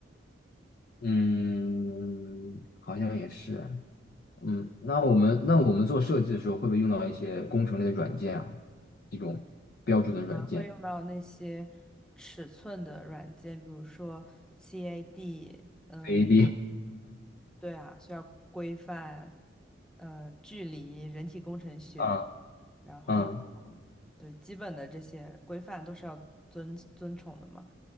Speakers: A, on the left; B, in the centre.
A: 嗯，好像也是。嗯，那我们那我们做设计的时候，会不会用到一些工程类的软件啊？这种标准的软件
B: 还会用到那些尺寸的软件，比如说 CAD，嗯。
A: a d <laughs>
B: 对啊，需要规范，呃，距离、人体工程学，
A: 啊，
B: 然后
A: 嗯
B: 对基本的这些规范都是要遵遵从的嘛。